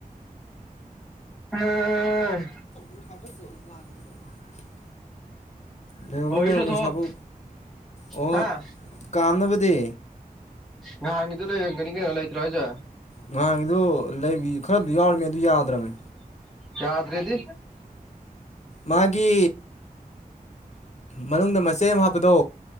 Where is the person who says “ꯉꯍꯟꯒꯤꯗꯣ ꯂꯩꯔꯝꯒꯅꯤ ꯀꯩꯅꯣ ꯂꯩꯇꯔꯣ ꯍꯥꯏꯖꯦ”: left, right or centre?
Centre